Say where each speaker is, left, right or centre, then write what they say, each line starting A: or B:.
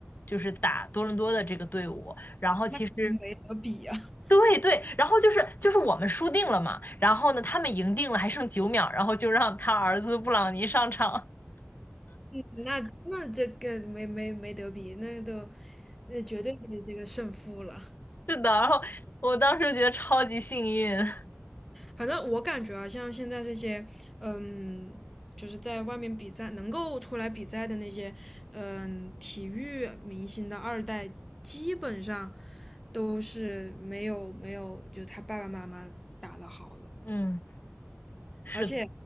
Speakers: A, on the left; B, in the centre.
A: 就是打多伦多的这个队伍。然后其实
B: 那肯定没得比啊，
A: 对对，然后就是就是我们输定了嘛，然后呢他们赢定了，还剩九秒，然后就让他儿子布朗尼上场。<laughs>
B: 嗯，那那这个没没没得比，那都那绝对的这个胜负了。
A: 是的，然后我当时觉得超级幸运。<laughs>
B: 反正我感觉啊，像现在这些，嗯，就是在外面比赛能够出来比赛的那些，嗯，体育明星的二代，基本上都是没有没有，就是他爸爸妈妈打的好的。
A: 嗯，是的，
B: 而且